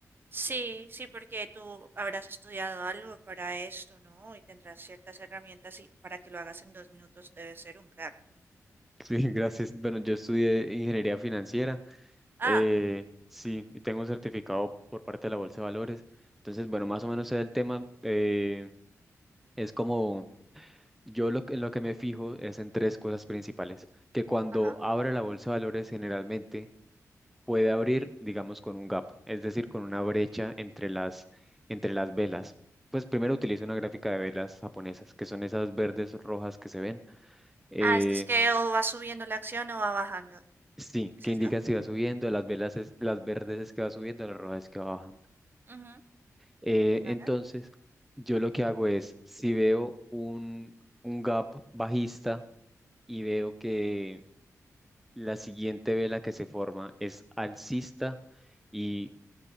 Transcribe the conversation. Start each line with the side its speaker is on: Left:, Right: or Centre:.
Right: Sí, sí, porque tú habrás estudiado algo para esto, ¿no? Y tendrás ciertas herramientas y para que lo hagas en dos minutos debes ser un crack.
Centre: Sí, gracias. Bueno, yo estudié ingeniería financiera, eh,
Right: Ah,
Centre: sí, y tengo un certificado por parte de la Bolsa de Valores, entonces, bueno, más o menos sé del tema, eh, es como... Yo lo que, en lo que me fijo es en tres cosas principales, que cuando
Right: wow,
Centre: abre la bolsa de valores generalmente puede abrir, digamos, con un gap, es decir, con una brecha entre las, entre las velas. Pues primero utilizo una gráfica de velas japonesas, que son esas verdes rojas que se ven. eh,
Right: Ah, esto es que o va subiendo la acción o va bajando.
Centre: sí,
Right: ¿Es
Centre: que
Right: esto?
Centre: indican si va subiendo, las velas es- las verdes es que va subiendo, las rojas es que va bajando.
Right: Ujú,
Centre: Eh,
Right: Vale.
Centre: entonces, yo lo que hago es, si veo un, un gap bajista y veo que La siguiente vela que se forma es alcista y,